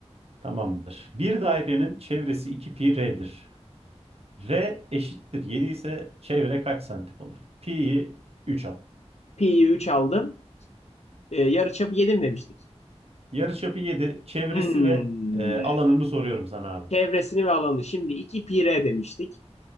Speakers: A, on the right (about 60°); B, on the left (about 70°).
A: Tamamdır. Bir dairenin çevresi 2 pi r'dir. R eşittir 7 ise çevre kaç santim olur? Pi'yi 3 al.
B: Pi'yi 3 aldım. Ee, yarıçapı yedim demiştik?
A: Yarıçapı 7. Çevresi
B: Hmm.
A: ve e, alanını soruyorum sana abi.
B: Çevresini ve alanı. Şimdi 2 pi r demiştik.